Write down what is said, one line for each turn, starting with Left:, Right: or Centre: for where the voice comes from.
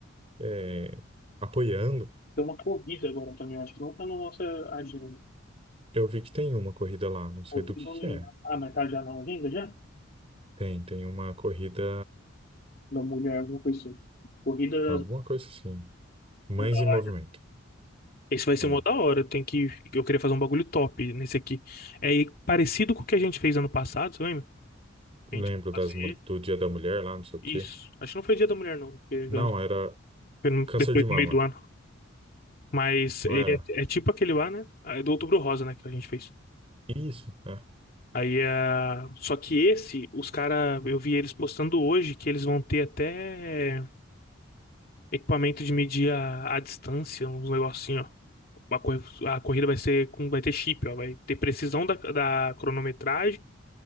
Right: é, apoiando.
Left: Tem uma corrida agora também, acho que não tá na nossa agenda.
Right: Eu vi que tem uma corrida lá, não sei
Left: Corrida
Right: do que
Left: da Unimar.
Right: que é.
Left: Ah, mas tá já na agenda já?
Right: Tem, tem uma corrida,
Left: Da mulher, alguma coisa assim. Corrida
Right: alguma
Left: das,
Right: coisa assim. Mães
Left: dessa
Right: em
Left: larga.
Right: Movimento.
Left: Isso vai
Right: tá
Left: ser
Right: lá.
Left: uma da hora. Tem que. Eu queria fazer um bagulho top nesse aqui. É e- parecido com o que a gente fez ano passado, você lembra? Que
Right: Lembro
Left: A gente foi
Right: das,
Left: fazer
Right: mul- do Dia da Mulher lá, não sei o
Left: isso.
Right: quê.
Left: Acho que não foi Dia da Mulher, não. porque-
Right: Não, era
Left: Foi no-
Right: câncer
Left: Depois
Right: de mama,
Left: do meio do ano. Mas
Right: não
Left: ele
Right: era?
Left: é, é tipo aquele lá, né? Ah, É do Outubro Rosa, né? Que a gente fez.
Right: Isso, é.
Left: Aí é. Só que esse, os cara, eu vi eles postando hoje que eles vão ter até equipamento de medir a, a distância, uns negocinho. ó. Uma cor- A corrida vai ser com, vai ter chip, ó. Vai ter precisão da, da cronometragem,